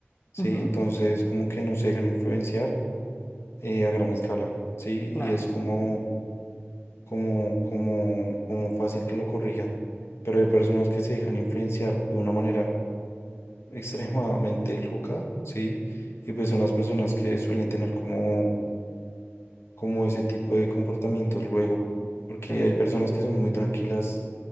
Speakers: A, on the left (about 80°); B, on the left (about 40°).
A: ¿sí?
B: Ujú,
A: Entonces, como que no se dejan influenciar eh, a gran escala, ¿sí?
B: claro,
A: Y es como, como, como, como fácil que lo corrijan. Pero hay personas que se dejan influenciar de una manera extremadamente loca, ¿sí? Y pues son las personas que suelen tener como, como ese tipo de comportamientos luego, porque
B: sí.
A: hay personas que son muy tranquilas